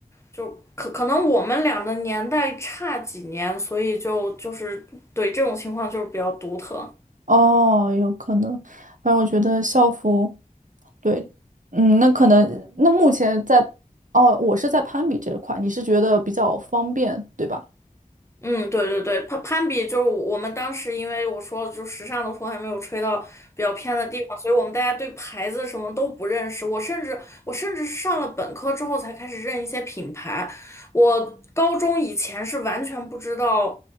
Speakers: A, on the left; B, on the right.
A: 就可可能我们俩的年代差几年，所以就就是对这种情况就是比较独特。
B: 哦，有可能。反正我觉得校服，对，嗯，那可能那目前在，哦，我是在攀比这一块，你是觉得比较方便，对吧？
A: 嗯，对对对，攀攀比就是我们当时，因为我说了，就时尚的风还没有吹到比较偏的地方，所以我们大家对牌子什么都不认识。我甚至我甚至是上了本科之后才开始认一些品牌，我高中以前是完全不知道，